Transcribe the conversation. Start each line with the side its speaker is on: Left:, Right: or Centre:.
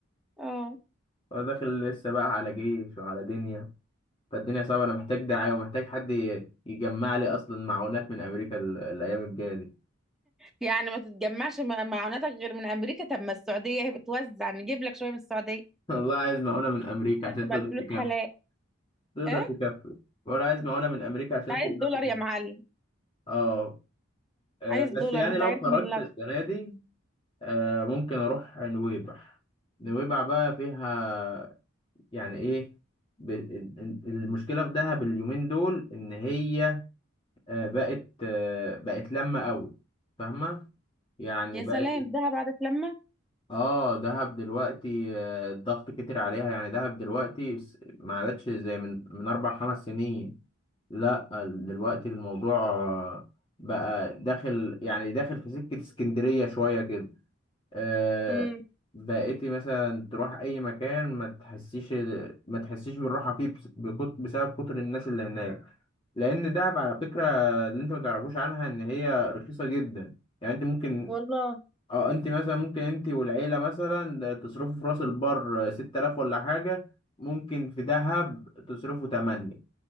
Centre: اه
Left: داخل لسه بقى على جيش وعلى دنيا فالدنيا صعبة أنا محتاج دعاية ومحتاج حد ي- يجمع لي أصلا معونات من أمريكا ال- الأيام الجاية دي
Centre: يعني ما تتجمعش مع- معوناتك غير من امريكا طب ما السعوديه هي بتوزع نجيب لك شويه من السعوديه
Left: <laughs> والله عايز معونة من أمريكا
Centre: عشان
Left: عشان
Centre: تبقى
Left: تقدر
Centre: الفلوس
Left: تكفي
Centre: حلال
Left: تقدر
Centre: ايه أنت
Left: تكفي ولا عايز معونة من أمريكا عشان
Centre: عايز
Left: تقدر
Centre: دولار
Left: تكفي
Centre: يا معلم
Left: أه آه،
Centre: عايز دولار
Left: بس يعني
Centre: انت
Left: لو
Centre: عايز
Left: خرجت
Centre: من لغ
Left: السنة دي آه، ممكن أروح نويبع نويبع بقى فيها يعني إيه ب- ال- المشكلة في دهب اليومين دول إن هي آه، بقت آه، بقت لما قوي فاهمة يعني
Centre: يا
Left: بقت
Centre: سلام دهب بعد لما
Left: اه دهب دلوقتي آه، الضغط كتر عليها يعني دهب دلوقتي س- ما عادتش زي من من اربع خمس سنين لا ال- دلوقتي الموضوع آه، بقى داخل يعني داخل في سكة اسكندرية شوية كده آه
Centre: امم
Left: بقيتي مثلا تروح اي مكان ما تحسيش ما تحسيش بالراحة فيه بس- بكت- بسبب كتر الناس اللي هناك لان دهب على فكرة اللي انت ما تعرفوش عنها ان هي رخيصة جدا يعني انت ممكن
Centre: والله
Left: اه انت مثلا ممكن انت والعيلة مثلا تصرفوا في راس البر ستة آلاف ولا حاجة ممكن في دهب تصرفوا تمانية